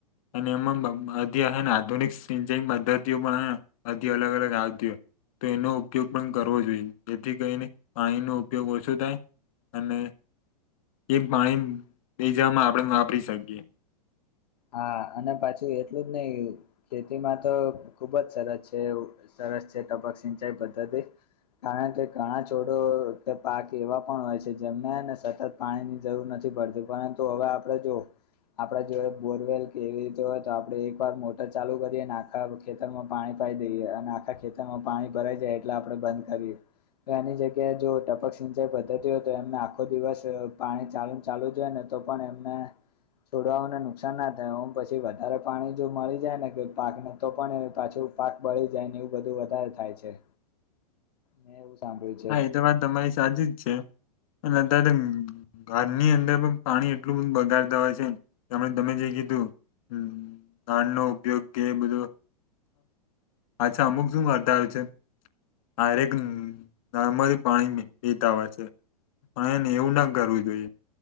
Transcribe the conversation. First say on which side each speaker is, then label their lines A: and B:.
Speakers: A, on the left; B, on the left.
A: અને એમાંધી હ, આધુનિક સિંચાઈ પદ્ધતિઓ પણ અધી અલગ અલગ આવતી હોય તો એનો ઉપયોગ પણ કરવો જોઈએ, જેથી કરીહીને પાણીનો ઉપયોગ ઓછો, થાય અને એક પાણી, બેઈ જવામાં આપણે વાપરી શકીએ.
B: હા અને પાછું એટલું જ નહી ખેતીમાં તો ખુબ જ સરસ છે. સરસ છે તબક સિંચાઈ પદ્ધતિ કારણ કે ઘણા છોડ પાક એવા પણ હોય છે જેમનેને સતત પાણી ની જરૂર નથી પડતી પરંતુ હવે આપ આપ જો આપડા જો બોરવેલ કેવી રીતે હોય તો આપડે એક વાર મોટર ચાલુ કરીએ અને આખા ખેતરમાં પાણી પાઈ દઈએ અને આખા ખેતરમાં પાણી ભરાય જાય એટલે આપડે બંધ કરીએ. તો એની જગ્યાએ જો ટપક સિંચાઈ વધતી હોય તો એમને આખો દિવસ પાણી ચાલુ ચાલુ જોયને- તો પણ એમને છોડવાઓ ન- કસાન ના થાય ઓમ પછી વધારે પાણી જો મળી જાય ને કે પાક નતો પણ પાછું પાક બળી જાય ન- એવું બધું વધારે થાય છે.
A: <unintelligible>
B: મે એવું- સાંભળ્યું છે
A: હા એ તો વાત તમારી સાચી જ છે અને <unintelligible> ઘરની અંદર પણ પાણી એટલું બધું બગાડતા હોય છેને તેમ તમે જે કીધું, હમ નાાન નો ઉપયોગ કે બધો- અચ્છા અમુક શું કરર્તા આવ છે આરેક- નર્મદી પાણી પીતા હોય છે પણ એને એવું ના કરવું જોઈએ.